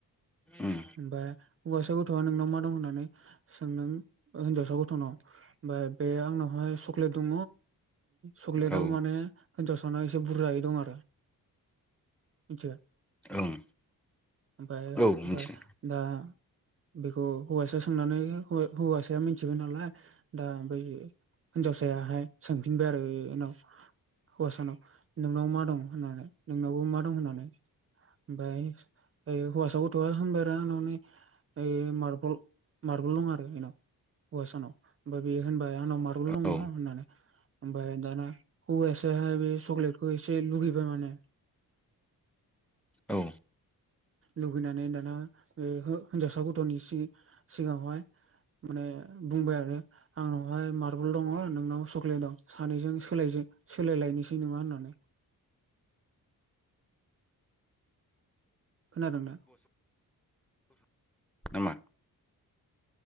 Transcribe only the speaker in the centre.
उम
औ
ओं
औ मिथिदों
औ
औ।
नामा?